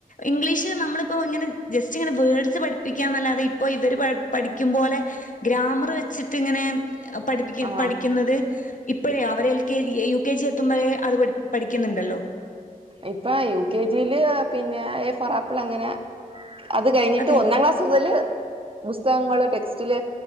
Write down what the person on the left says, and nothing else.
ഇംഗ്ലീഷ് നമ്മള് പ്പോ ഇങ്ങനെ ജസ്റ്റ് ഇങ്ങനെ വേഡ്സ് പഠിപ്പിക്കാന്നല്ലാതെ ഇപ്പോ ഇവര് പ പഠിക്കും പോലെ ഗ്രാമറ് വെച്ചിട്ട് ഇങ്ങനെ പഠിപ്പിക്ക
പഠിക്കുന്നത് ഇപ്പഴേ അവരെ യു കെ ജി എത്തുമ്പഴേ അത് പഠി പഠിക്ക്ന്നണ്ടല്ലോ
അതെ